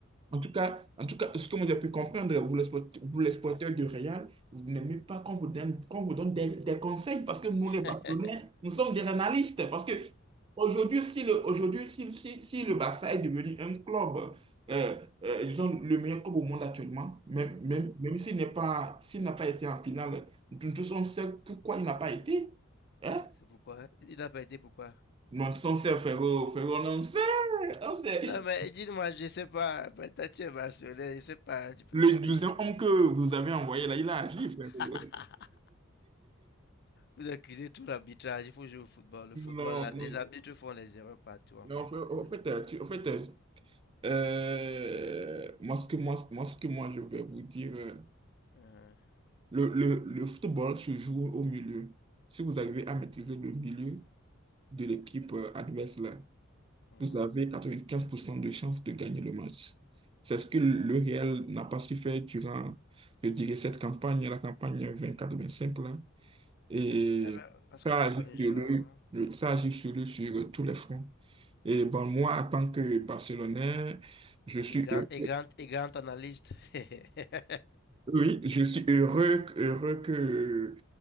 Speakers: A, on the right (about 25°); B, on the left (about 50°).
A: En tout cas, en tout cas, ce que moi j'ai pu comprendre, vous les, sport- vous les supporters du Real, vous n'aimez pas qu'on vous donne, qu'on vous donne des, des conseils parce que nous, les Barcelonais,
B: <laughs>
A: nous sommes des analystes. Parce que aujourd'hui, si le, aujourd'hui, si, si, si le Barça est devenu un club, euh, euh, disons, le meilleur club au monde actuellement, même, même, même s'il n'est pas, s'il n'a pas été en finale, nous tous on sait pourquoi il n'a pas été. Hein?
B: C'est pourquoi? hein? Il n'a pas été pourquoi?
A: Non, on sait, frérot, frérot, on sait, on sait.
B: Non, mais dis-moi, je sais pas, peut-être tu es Barcelonais, je sais pas, tu peux
A: Le
B: me dire.
A: deuxième homme que vous avez envoyé là, il a agi, frérot.
B: <laughs> Vous accusez tout l'arbitrage, il faut jouer au football. Le football,
A: Non,
B: la- les
A: non,
B: arbitres font les erreurs partout, en
A: non,
B: fait.
A: en fait, en
B: Les
A: fait, euh, tu- en fait, euh, euh, moi, ce que moi, moi, ce que moi, je vais vous dire, euh,
B: Mhm,
A: le, le, le football se joue au milieu. Si vous arrivez à maîtriser le milieu de l'équipe euh, adverse, là,
B: mhm.
A: vous avez quatre-vingt quinze pour cent de chances de gagner le match. C'est ce que le Real n'a pas su faire durant, je dirais, cette campagne, la campagne vingt quatre vingt cinq là. Et
B: Eh ben, parce qu'on
A: ça
B: n'a
A: agit
B: pas de joueurs,
A: sur le,
B: hein.
A: le- ça agit sur le- sur tous les fronts. Et bon, moi, en tant que Barcelonais, je suis
B: Et grand,
A: heureux.
B: et grand, et grand analyste. <laughs>
A: Oui, je suis heureux, heureux que...